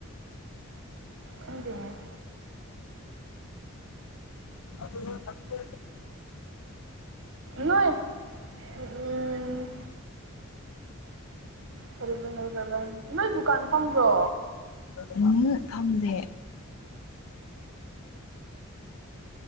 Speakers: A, on the right (about 65°); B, on the left (about 85°).
A: ꯈꯪꯗꯦꯅꯦ
B: ꯑꯗꯨ <unintelligible>
A: ꯅꯣꯏ ꯎꯝ꯫ ꯐꯔꯤꯁꯨ ꯂꯧꯗꯕ ꯅꯣꯏ ꯗꯨꯀꯥꯟ ꯐꯝꯕ꯭ꯔꯣ꯫
B: ꯎꯝ ꯈꯪꯗꯦ꯫